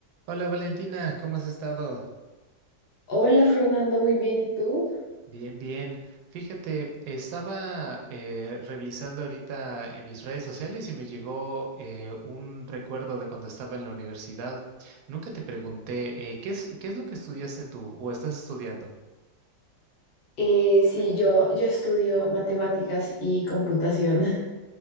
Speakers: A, on the right (about 70°); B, on the left (about 70°).
A: Hola Valentina, ¿cómo has estado?
B: Hola Fernando, muy bien, ¿y tú?
A: Bien, bien. Fíjate, estaba eh, revisando ahorita en mis redes sociales y me llegó eh, un recuerdo de cuando estaba en la universidad. Nunca te pregunté, eh, ¿qué es, qué es lo que estudiaste tú o estás estudiando?
B: Eh, sí, yo, yo estudio matemáticas y computación. <laughs>